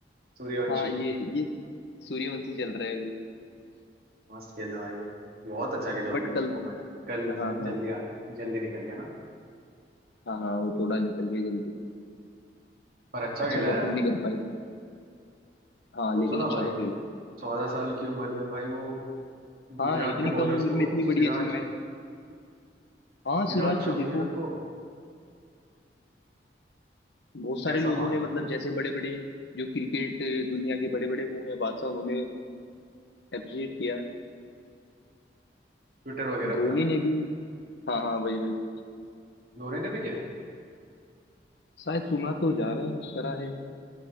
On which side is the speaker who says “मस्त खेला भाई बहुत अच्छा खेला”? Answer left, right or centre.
Right